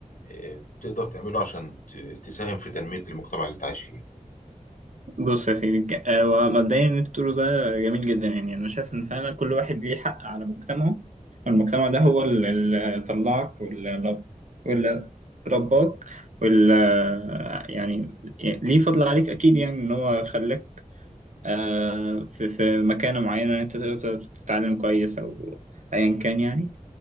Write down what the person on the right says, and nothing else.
بص يا سيدي ك- آه، ومبدئيا اللي انت بتقوله ده جميل جدا يعني انا شايف ان فعلا كل واحد ليه حق على مجتمعه والمجتمع ده هو ال- اللي طلعك واللي رب- واللي رباك واللي يعني ليه فضل عليك اكيد يعني ان هو خلاك آه، في في مكانه معينه انت تقدر تتعلم كويس او ايا كان يعني